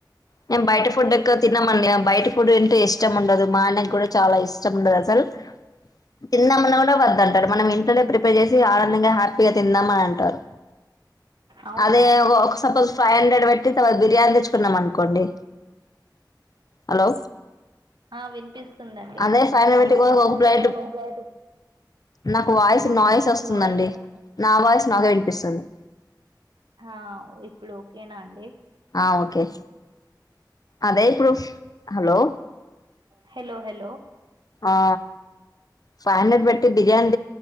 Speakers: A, on the left; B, on the right.
A: మేం బయట ఫుడ్ ఎక్కవ తినమండి బయట ఫుడ్ తింటే ఇష్టం ఉండదు మా ఆయనకు కూడా చాలా ఇష్టం ఉండదు తెలుసా ఉ తిందాం అన్న కుడా వద్దంటరు మనం ఇంట్లోనే ప్రిపేర్ చేసి ఆనందంగా హ్యా పీగా తిందాం అని అంటారు
B: అవునా
A: అదే ఒక సపోస్ ఫైవ్ హండ్రెడ్ పెట్టి <unintelligible> బిర్యానీ తెచ్చుకున్నం అనుకోండి హలో
B: ఆ వినిపిస్తుందండి
A: అదే ఫైవ్ హండ్రెడ్ పెట్టి
B: అదే పైన
A: ఒక
B: పెట్టుకొని
A: ప్లేట్
B: ఒక ప్లేట్
A: నాకు వాయిస్
B: నాకు
A: నాయిస్
B: వాయిస్
A: వస్తుందండి
B: నాయిస్ వస్తుంది
A: నా వాయిస్ నాకే వినిపిస్తుంది
B: ఆ ఇప్పుడు ఓక్కేనా అండి
A: ఆ ఓకే అదే ఇపుడు హలో
B: హెలొ హెల్లొ
A: హా ఫైవ్ హండ్రెడ్ పెట్టి బిర్యానీ